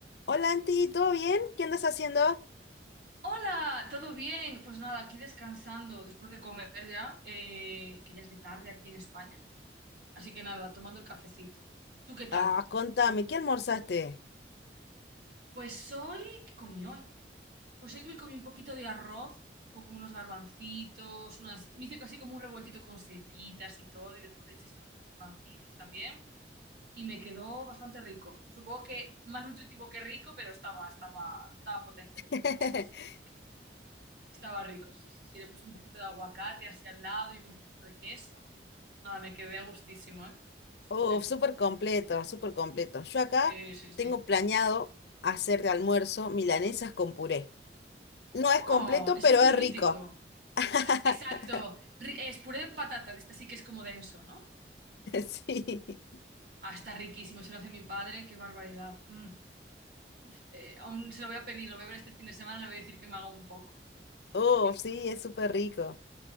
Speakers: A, on the left (about 70°); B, on the right (about 60°).
A: Hola, Anti, ¿todo bien? ¿Qué andas haciendo?
B: Hola, ¿todo bien? Pues nada, aquí descansando después de comer ya, eh, que ya es de tarde aquí en España. Así que nada, tomando el cafecito. ¿Tú qué tal?
A: Ah, contame, ¿qué almorzaste?
B: Pues hoy, ¿qué comí hoy? Pues hoy me comí un poquito de arroz con unos garbancitos, unas... Me hice casi como un revueltito con setitas y todo, y después le eché así unos garbancitos también. Y me quedó bastante rico. Supongo que más nutritivo que rico, pero estaba, estaba, estaba potente,
A: <laughs>
B: le eché muchísimas especias. Estaba rico, sí, sí, sí. Le puse un poquito de aguacate hacia al lado y un poquito de queso. Nada, me quedé a gustísimo, ¿eh? Sí,
A: Uf,
B: sí.
A: súper completo, súper completo. Yo acá
B: Sí, sí, sí.
A: tengo planeado hacer de almuerzo milanesas con puré. No es
B: Oh,
A: completo,
B: ese
A: pero
B: es muy
A: es
B: mítico.
A: rico. <laughs>
B: Exacto. Ri- Es puré de patata, de este sí que es como denso, ¿no?
A: Sí.
B: Ah, está riquísimo, se lo hace mi padre, qué barbaridad. Mm. Uf, eh, aún se lo voy a pedir, lo voy a ver este fin de semana, le voy a decir que me haga un poco. Sí, sí, sí,
A: Uf,
B: sí.
A: sí, es súper rico.